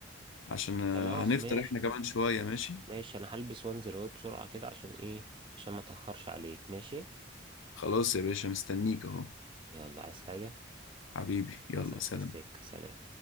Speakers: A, on the left; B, on the right.
A: عشان آه،
B: خلاص
A: هنفطر
B: ماشي
A: احنا كمان شوية ماشي
B: ماشي انا هلبس وانزل اهو بسرعة كده عشان ايه عشان ما اتأخرش عليك ماشي
A: خلاص يا باشا مستنيك اهو
B: يلا عايز حاجة
A: حبيبي يلا
B: مسافة
A: سلام
B: السكة سلام